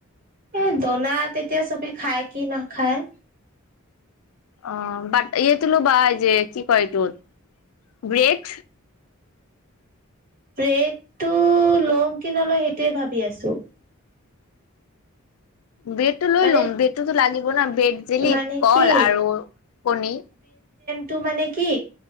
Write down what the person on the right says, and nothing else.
এ দনা তেতিয়া চবে খায় কি নাখায়।
ব্ৰেডটো লম কি নলয় সেইটোৱে ভাবি আছো।
মানে
মানে
কি
টো মানে কি